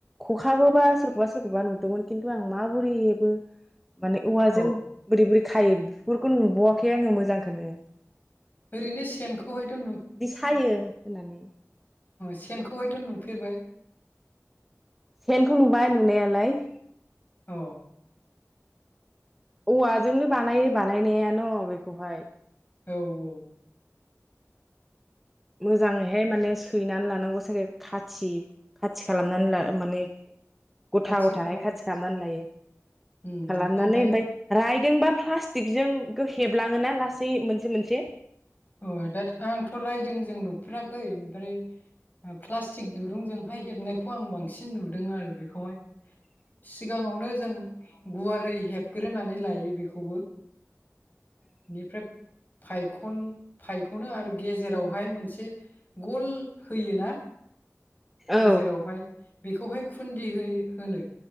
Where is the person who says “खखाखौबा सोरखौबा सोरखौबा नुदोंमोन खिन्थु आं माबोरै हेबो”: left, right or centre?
Centre